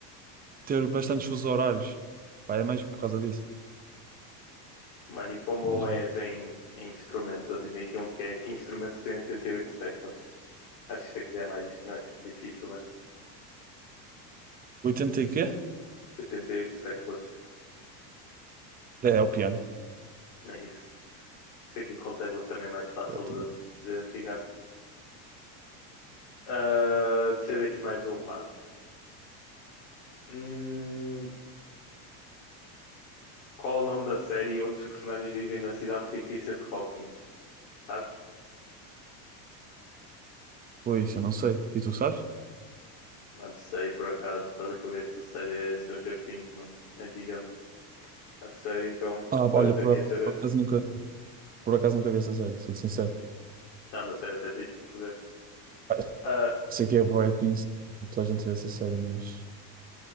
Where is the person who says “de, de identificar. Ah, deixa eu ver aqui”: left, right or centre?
Left